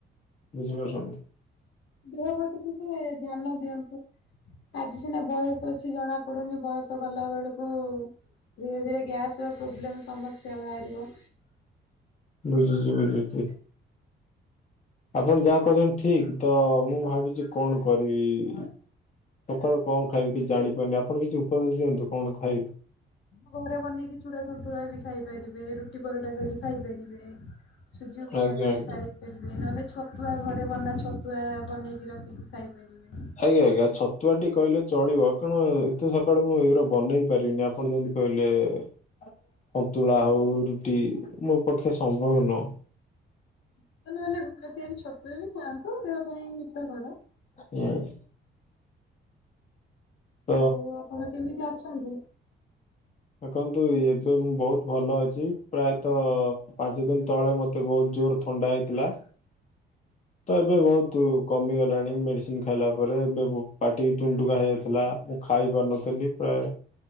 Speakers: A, on the left; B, on the left.
A: ବୁଝିପାରୁଛନ୍ତି।
B: ଗୃହବତୀ ଟିକେ ଧ୍ୟାନ ଦିଅନ୍ତୁ ଆଜି ସିନା ବୟସ ଅଛି ଜଣା ପଡୁନି ବୟସ। ତୁ ଗଲାବେଳକୁ ଧୀରେ ଧୀରେ ଗ୍ୟାସ ର ପ୍ରୋବ୍ଲେମ ସମସ୍ୟା ବାହାରିବ।
A: ବୁଝିଛି। ହ ଆପଣ ଯାହା କରଛନ୍ତି ଠିକ୍ ତ ମୁଁ ଭାବୁଛି କଣ କରିବି। ସକାଳୁ କଣ ଖାଇବି କିଛି ଜାଣିପାରୁନି ଆପଣ କିଛି ଉପଦେଶ ଦିଅନ୍ତୁ କଣ ଖାଇବି।
B: ଆମ ଘରେ ବନେଇକି ଛୁଡ଼ା ସନ୍ତୁଳା ବି ଖାଇ ପାରିବେ ରୁଟି ପରଟା କରିକି। ଖାଇପାରିବେ ସୁଜି ଉପମା
A: ଆଜ୍ଞା
B: କରିକି
A: ଆଜ୍ଞା
B: ଖାଇପାରିବେ ନହେଲେ ଛତୁଆ ଘରେ ବନା ଛତୁଆ ବନେଇକି ରଖିକି ଖାଇପାରିବେ।
A: ଆଜ୍ଞା ଆଜ୍ଞା ଛତୁଆଟି କହିଲେ ଚଳିବ। କଣ ଏତେ ସକାଳେୁ ମୁଁ ଏଇଗା ବନେଇ ପାରିବିନି ଆପଣ ଯେମିତି କହିଲେ। ସନ୍ତୁଳା ହଉ ରୁଟି ମୋ ପକ୍ଷେ ସମ୍ଭବ ନୁହଁ।
B: ହୀତ ନହେଲେ ଘରେ ତିଆରି ଛତୁ ବି ଖାଆନ୍ତ ଦେହ ପାଇଁ ହୀତ କର।
A: ହୁଁ। ତ
B: ଆଉ ଆପଣ କେମିତି ଅଛନ୍ତି?
A: ଦେଖନ୍ତୁ ଏବେ ମୁଁ ବହୁତ ଭଲ ଅଛି ପ୍ରାୟତଃ ପାଞ୍ଚ ଦିନ ତଳେ ମତେ ବହୁତ ଜୋର ଥଣ୍ଡା ହେଇଥିଲା। ତ ଏବେ ବହୁତ କମିଗଲାଣି ମେଡିସିନ ଖାଇଲା ପରେ ଏବେ ପାଟି ଟୁଣ୍ଟୁକା ହେଇଯାଇଥିଲା। ମୁଁ ଖାଇ ପାରୁନଥିଲି ପ୍ରାୟ